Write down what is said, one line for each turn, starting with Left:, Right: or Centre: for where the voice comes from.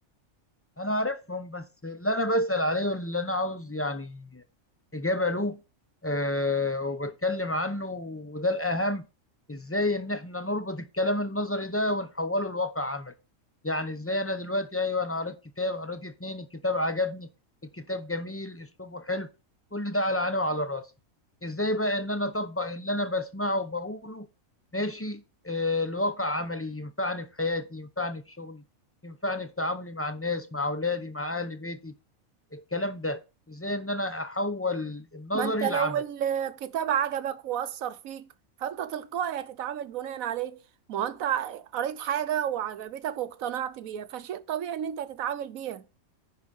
Left: انا عارفهم بس اللي انا بسأل عليه واللي انا عاوز يعني اجابة له أه وبتكلم عنه وده الاهم ازاي ان احنا نربط الكلام النظري ده ونحوله لواقع عملي يعني ازاي انا دلوقتي ايوه انا قريت كتاب قريت اتنين الكتاب عجبني الكتاب جميل اسلوبه حلو كل ده على عيني وعلى راسي ازاي بقى ان انا اطبق اللي انا بسمعه وبقوله ماشي أه لواقع عملي ينفعني في حياتي ينفعني في شغلي ينفعني في تعاملي مع الناس مع اولادي مع اهل بيتي الكلام ده ازاي ان انا احول النظري
Right: ما انت لو
Left: لعملي
Right: الكتاب عجبك واثر فيك فانت تلقائي هتتعامل بناء عليه ما هو انت قريت حاجه وعجبتك واقتنعت بيها فشيء طبيعي ان انت تتعامل بيها